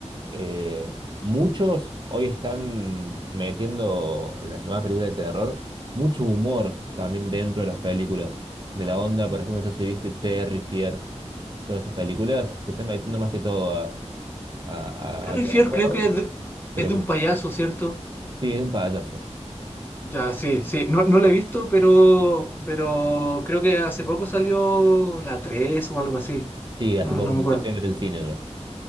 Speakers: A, on the right; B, on the left.
A: Eh, muchos hoy están metiendo en las nuevas películas de terror mucho humor también dentro de las películas. De la onda, por ejemplo, no sé si viste Terry Fier, todas esas películas que están metiendo más que todo a, a,
B: Perry
A: a- a terror,
B: Fier creo que es de,
A: pero
B: es de un
A: con
B: payaso, ¿cierto?
A: Sí, es un payaso.
B: Ya, sí, sí. No, no la he visto, pero, pero creo que hace poco salió la 3 o algo así.
A: Sí,
B: No,
A: hace poco
B: no me acuerdo.
A: la fui a ver el cine yo.